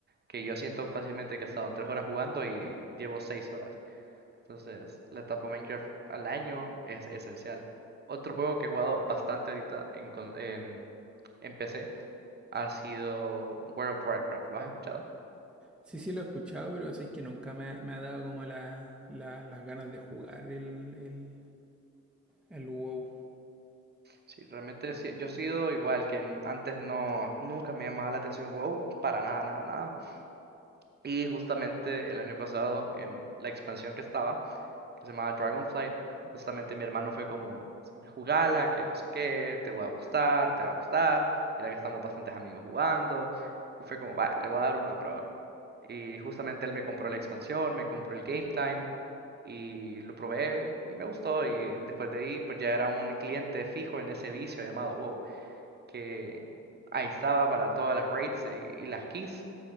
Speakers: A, on the right (about 35°); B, in the centre.
A: que yo siento fácilmente que he estado tres horas jugando y llevo seis horas. Entonces, la etapa Minecraft al año es esencial. Otro juego que he jugado bastante ahorita en, con- en, en PC ha sido World of Warcraft. ¿Lo has escuchado?
B: Sí, sí lo he escuchado, pero sí que nunca me, ha me ha dado como la, la- las ganas de jugar el, el, el WoW.
A: Sí, realmente sí, yo he sido igual que en- antes no, nunca me llamaba la atención WoW, para nada, nada, nada. Y justamente el año pasado, en la expansión que estaba, que se llamaba Dragonflight, justamente mi hermano fue como, jugala, que no sé qué, te va a gustar, te va a gustar, mira que estamos bastantes amigos jugando, y fue como, va, le voy a dar una prueba. Y justamente él me compró la expansión, me compró el Game Time, y lo probé, y me gustó, y después de ahí, pues ya era un cliente fijo en ese vicio llamado WoW, que ahí estaba para todas las raids y, y las keys,